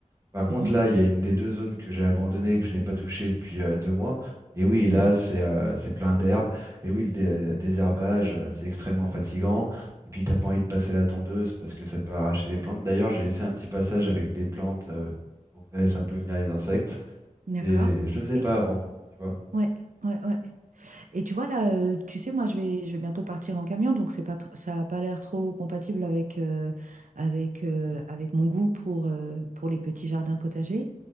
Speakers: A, on the right; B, on the right.
A: Par contre,
B: mhm,
A: là, il y a une des deux zones que j'ai abandonnées et que je n'ai pas touchée depuis euh, deux mois. Et oui, là,
B: mhm.
A: c'est euh, c'est plein d'herbes. Et oui, le dé- euh, désherbage, euh, c'est extrêmement fatigant. Et puis, t'as pas envie de passer la tondeuse parce que ça peut arracher des plantes. D'ailleurs, j'ai laissé un petit passage avec des plantes euh, pour que ça laisse un peu venir les insectes.
B: D'accord,
A: Et je le
B: ok.
A: faisais pas avant, tu vois.
B: Ouais, ouais, ouais. Et tu vois, là, euh, tu sais, moi, je vais, je vais bientôt partir en camion, donc c'est pas tr- ça n'a pas l'air trop compatible avec, euh, avec, euh, avec mon goût pour, euh, pour les petits jardins potagers.